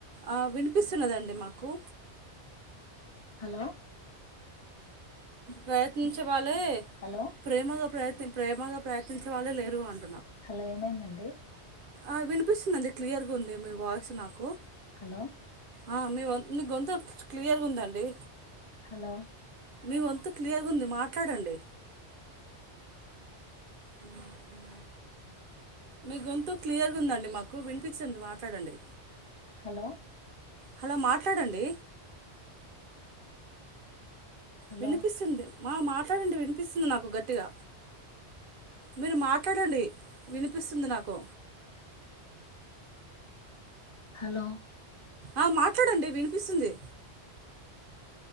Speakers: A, on the right; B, on the left.
A: ఆ వినిపిస్తున్నదండి మాకు
B: హలో
A: ప్రయత్నించేవాళ్లు లే
B: హలో
A: ప్రేమగా ప్రయత్ ప్రేమగా ప్రయత్నిే వాళ్ళే లేరు అంట
B: హలో ఏమైందండి
A: ఆ వినిపిస్తుందిండి క్లియర్గా ఉంది మీ వాయిస్ నాకు
B: హలో
A: ఆ మీ మీ గొంతు క్లియర్గా ఉందండి
B: హలో
A: మీ వంతు క్లియర్గా ఉంది మాట్లాడండి అని అ మీ గొంతు క్లియర్గా ఉందండి మాకు వినిపించింది మాట్లాడండి
B: హలో
A: హలో మాట్లాడండి
B: హలో
A: వినిపిస్తుంది మా మాట్లాడండి వినిపిస్తుంది నాకు గట్టిగా మీరు మాట్లాడండి వినిపిస్తుంది నాకు
B: హలో
A: ఆ మాట్లాడండి వినిపిస్తుంది